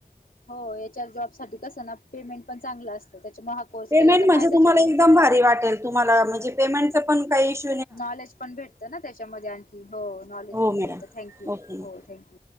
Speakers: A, on the left; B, on the right.
A: हो याच्या जॉब साठी कसं ना पेमेंट पण चांगलं असत त्याच्यामुळे हा कोर्स
B: पेमेंट
A: केला तर
B: म्हणजे
A: फायदा
B: तुम्हाला
A: त्यांचा
B: एकदम
A: नाही
B: भारी
A: का.
B: वाटेल तुम्हाला म्हणजे काय पेमेंटचा पण इशू?
A: नॉलेज पण भेटतं ना त्याच्यामध्ये आणखी हो नॉलेज
B: हो
A: पण
B: मॅडम
A: भेटतं थथँक्यू
B: ओके मॅम
A: हो थँक्यू.